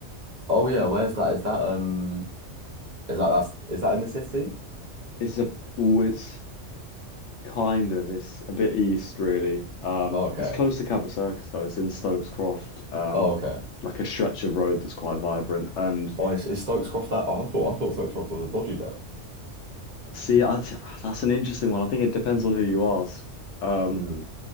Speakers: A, on the right; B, on the left.
A: Oh yeah, where's that? Is that um is that that's is that in the city?
B: It's a oh, it's kind of it's a bit east really. Um,
A: Oh, okay.
B: it's close to Cabot Circus though. It's in Stokes Croft. Um,
A: Oh okay.
B: like a stretch of road that's quite vibrant and.
A: Oh, is, is Stokes Cross that? Oh, I thought I thought Stokes Cross was a dodgy bet.
B: See, I, th- that's an interesting one. I think it depends on who you ask. Um,
A: Mm.